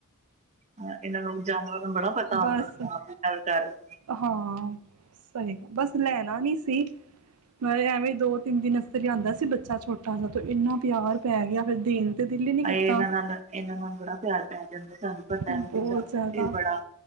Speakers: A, on the right; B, on the right.
A: ਅ ਇਹਨਾਂ ਨੂੰ ਜਾਨਵਰ ਨੂੰ ਬੜਾ ਪਤਾ
B: ਬਸ
A: ਹੁੰਦਾ ਕੀ ਆਪ ਗੱਲ ਕਰ ਨੇ।
B: ਹਾਂ ਸਹੀ ਗ ਬਸ ਲੈਣਾ ਨੀ ਸੀ ਮ ਐਵੇਂ ਦੋ ਤਿੰਨ ਦਿਨ ਅਸਤਰ ਲਦਾ ਸੀ ਬੱਚਾ ਛੋਟਾ ਸਾ ਇੰਨਾ ਪਿਆਰ ਪੈ ਗਿਆ ਫਿਰ ਦੇਣ ਤੇ ਦਿਲ ਹੀ ਨਹੀਂ ਕੀਤਾ
A: ਇਹਨ ਇਹਨਾਂੰ ਗੂੜ ਪਿਆਰ ਪੈ ਜਾਂਦੇ ਸਾਨੂੰ ਪਤਾ
B: ਬਹੁਤ
A: ਸੀ ਸਾਨੂੰ
B: ਜ਼ਿਆਦਾ
A: ਬੜਾ